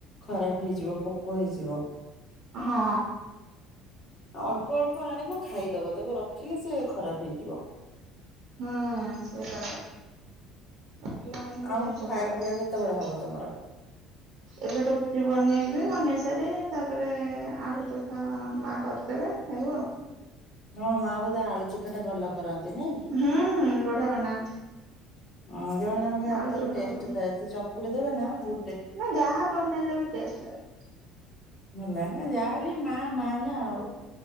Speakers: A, on the left; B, on the right.
A: ଖରାପ ହେଇଯିବ ପୋକ ହେଇଯିବ।
B: ହଁ
A: ଅଳ୍ପ ଅଳ୍ପ ଆଣିବ। ଖାଇଦବ ତାକୁ ରଖିଲେ ସେ ଖରାପ ହେଇଯିବ।
B: ହୁଁ ସେଇଟା ତ। ରଖିଲା ମାନେ ତ
A: ଆଉ
B: ଜିନିଷ
A: ଖାଇବା
B: ଖରାପ।
A: ପିଇବା କେତେବେଳେ ହବ ତମର?
B: ଏବେ ରୁଟି ବନେଇବି ବନେଇ ସା ଚାରେ ତାପରେ ଆଳୁ ଚଖା ମା କରିଦେବେ ଖାଇବୁ ଆଉ।
A: ହଁ ମା ବୋଧେ ଆଳୁ ଚଖଟା ଭଲ କରନ୍ତି ନାଇଁ।
B: ହୁଁ ବଢିଆ ବନାନ୍ତି।
A: ହଁ ଜଣ ଜଣଙ୍କ ହାତରେ
B: ଆଳୁ ଚକଟା
A: ଟେଷ୍ଟ
B: ଭଲ
A: ଥାଏ। ସେ ଚକୁଟି ଦେବେ ନା ଭୁ
B: ନା ଯାହା ବନେଇଲେ ବି ଟେଷ୍ଟ ଲାଗେ।
A: ଭଲ ନା ଯାହେଲେ ମା ମା ନା ଆଉ।